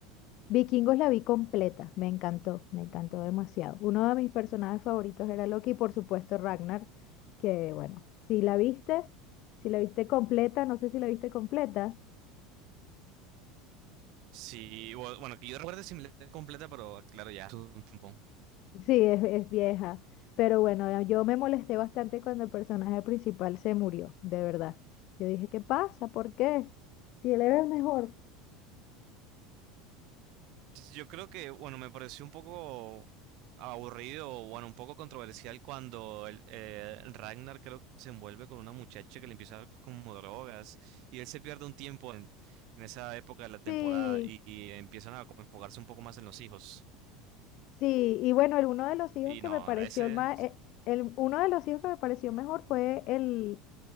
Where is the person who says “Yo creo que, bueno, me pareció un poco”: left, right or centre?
Right